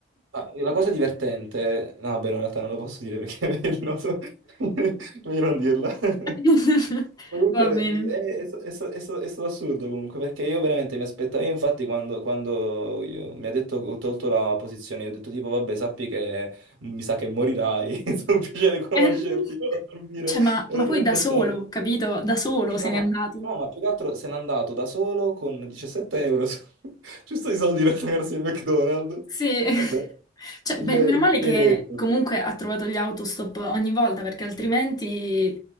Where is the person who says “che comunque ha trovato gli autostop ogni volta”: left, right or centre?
Left